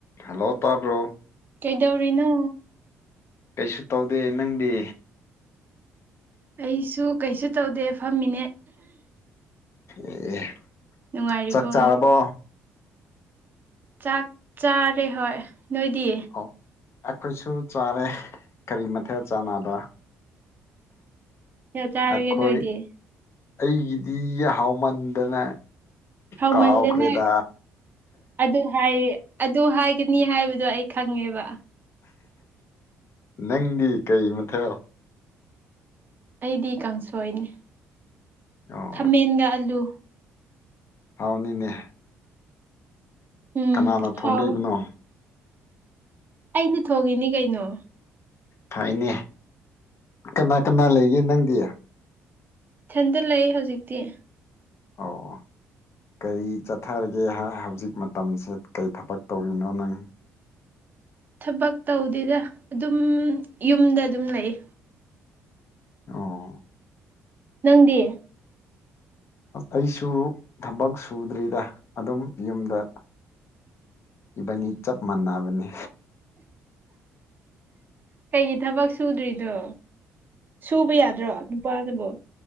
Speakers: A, on the left; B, on the right.
A: ꯍꯂꯣ ꯇꯥꯕ꯭ꯔꯣ
B: ꯀꯩꯗꯧꯔꯤꯅꯣ
A: ꯀꯩꯁꯨ ꯇꯧꯗꯦ ꯅꯪꯗꯤ
B: ꯑꯩꯁꯨ ꯀꯩꯁꯨ ꯇꯧꯗꯦ ꯐꯝꯃꯤꯅꯦ
A: ꯑꯦ <unintelligible> <inaudible>
B: ꯅꯨꯡꯉꯔꯤꯕꯣ
A: ꯆꯥꯛ ꯆꯥꯔꯕꯣ
B: ꯆꯥꯛ ꯆꯥꯔꯦ ꯍꯣꯏ ꯅꯣꯏꯗꯤ
A: ꯑꯣ ꯑꯩꯈꯣꯏꯁꯨ ꯆꯥꯔꯦ ꯀꯔꯤ ꯃꯊꯦꯜ ꯆꯥꯟꯅꯕ
B: ꯆꯥꯔꯒꯦ
A: ꯑꯈꯣꯏ
B: ꯅꯣꯏꯗꯤ
A: ꯑꯩꯒꯤꯗꯤ ꯍꯥꯎꯃꯟꯗꯅ
B: ꯍꯥꯎꯃꯟꯗꯅ
A: ꯀꯥꯎꯈ꯭ꯔꯦꯗ
B: ꯑꯗꯨ ꯍꯥꯏ ꯑꯗꯨ ꯍꯥꯏꯒꯅꯤ ꯍꯥꯏꯕꯗꯣ ꯑꯩ ꯈꯪꯉꯦꯕ
A: ꯅꯪꯗꯤ ꯀꯩ ꯃꯊꯦꯜ
B: ꯑꯩꯗꯤ ꯀꯥꯡꯁꯣꯏꯅꯤ
A: ꯑꯣ
B: ꯈꯥꯃꯦꯟꯒ ꯑꯂꯨ
A: ꯍꯥꯎꯅꯤꯅꯦ
B: ꯎꯝ
A: ꯀꯅꯥꯅ ꯊꯣꯡꯕꯤꯕꯅꯣ
B: ꯍꯥꯎꯋꯦ ꯑꯩꯅ ꯊꯣꯡꯉꯤꯅꯤ ꯀꯩꯅꯣ
A: ꯐꯥꯏꯅꯦ ꯀꯅꯥ ꯀꯅꯥ ꯂꯩꯒꯦ ꯅꯪꯗꯤ
B: ꯏꯊꯟꯇ ꯂꯩ ꯍꯧꯖꯤꯛꯇꯤ
A: ꯑꯣ ꯀꯔꯤ ꯆꯠꯊꯔꯒꯦ ꯍꯧꯖꯤꯛ ꯃꯇꯝꯁꯦ ꯀꯔꯤ ꯊꯕꯛ ꯇꯧꯔꯤꯅꯣ ꯅꯪ
B: ꯊꯕꯛ ꯇꯧꯗꯦꯗ ꯑꯗꯨꯝ ꯌꯨꯝꯗ ꯑꯗꯨꯝ ꯂꯩꯌꯦ
A: ꯑꯣ
B: ꯅꯪꯗꯤ
A: ꯑꯩꯁꯨ ꯊꯕꯛ ꯁꯨꯗ꯭ꯔꯤꯗ ꯑꯗꯨꯝ ꯌꯨꯝꯗ ꯏꯕꯥꯅꯤ ꯆꯞ ꯃꯥꯟꯅꯕꯅꯦ
B: ꯀꯩꯒꯤ ꯊꯕꯛ ꯁꯨꯗ꯭ꯔꯤꯅꯣ ꯁꯨꯕ ꯌꯥꯗ꯭ꯔꯣ ꯅꯨꯄꯥꯅꯕꯨ